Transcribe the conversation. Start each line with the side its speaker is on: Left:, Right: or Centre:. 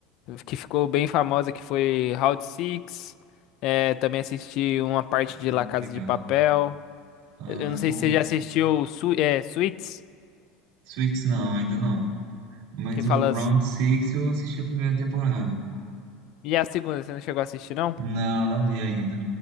Left: que ficou bem famosa que foi Round Six. É, também assisti uma parte de
Right: Ah,
Left: La Casa
Right: legal.
Left: de Papel.
Right: Ah,
Left: Eu, eu não sei
Right: o
Left: se você já assistiu Su... é, Suits,
Right: Suits, não, ainda não. Mas
Left: que fala
Right: o Round Six eu assisti a primeira temporada.
Left: E a segunda, você não chegou a assistir não?
Right: Não, não vi ainda.